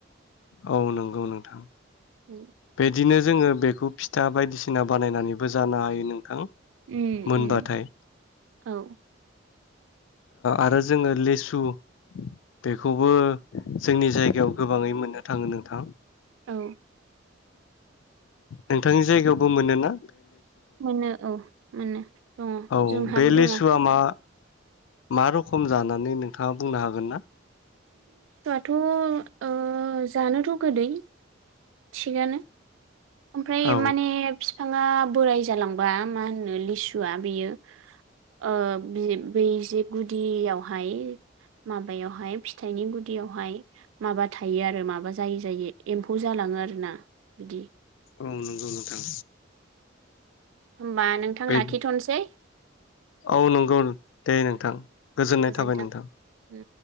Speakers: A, on the left; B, on the right.
A: औ नंगौ नोंथां
B: उम
A: बिदिनो। जोङो बेखौ फिथा बायदिसिना बानायनानैबो जानो हायो नोंथां।
B: उम
A: मोनबाथाय
B: उम। औ।
A: आरो जोङो लेसु बेखौबो जोंनि जायगायाव गोबाङै मोननो थाङो नोंथां।
B: औ
A: नोंथांनि जायगायावबो मोनो ना?
B: मोनो औ मोनो दङ
A: औ
B: जोंहाबो
A: बे लेसुआ
B: दङ।
A: मा मा रोखम जानानै नोंथाङा बुंनो हागोन ना।
B: थ' ओ जानोथ' गोदै। थिगानो। ओमफ्राय
A: औ
B: माने फि थाङा बोराय जालांबा मा होनो लिसुआ बियो ओ बै जे गुदियावहाय माबायावहाय। फिथाइनि गुदियावहाय माबा थायो आरो माबा जायो जायो एम्फौ जालाङो आरोना बिदि
A: औ नंगौ नोंथां
B: होमबा नोंथां
A: बे
B: लाखिथनोसै
A: औ नंगौ नो दे नोंथां गोजोननाय
B: गोजोन्थों
A: थाबाय नोंथां।
B: उम